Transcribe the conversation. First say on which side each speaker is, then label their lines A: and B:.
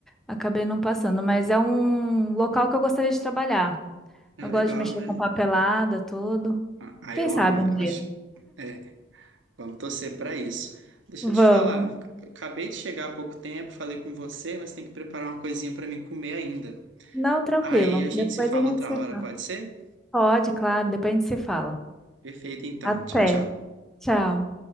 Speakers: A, in the centre; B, on the right.
A: Acabei não passando, mas é um local que eu gostaria de trabalhar.
B: É
A: Eu
B: legal,
A: gosto de mexer
B: né?
A: com papelada, tudo.
B: Ah, ah,
A: Quem
B: eu
A: sabe
B: amo, eu
A: um dia?
B: acho. É, vamos torcer para isso. Deixa
A: Vamos.
B: eu te falar, eu acabei de chegar há pouco tempo, falei com você, mas tem que preparar uma coisinha para mim comer ainda.
A: Não, tranquilo.
B: Aí a gente
A: Depois
B: se fala
A: a gente
B: outra
A: se
B: hora,
A: fala.
B: pode ser?
A: Pode, claro, depois a gente se fala.
B: Perfeito, então.
A: Até.
B: Tchau, tchau.
A: Tchau.